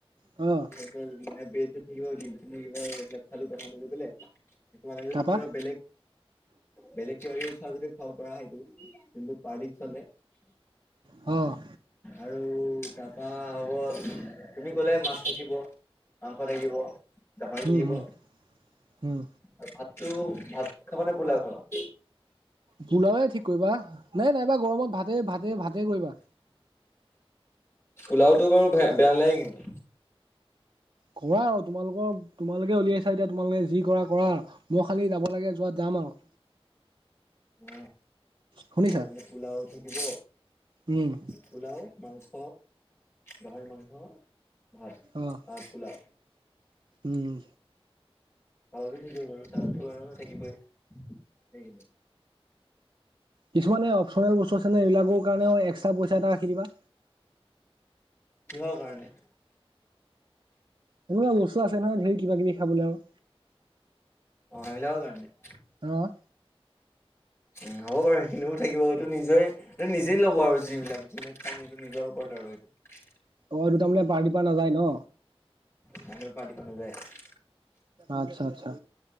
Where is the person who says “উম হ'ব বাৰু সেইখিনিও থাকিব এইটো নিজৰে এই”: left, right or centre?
Left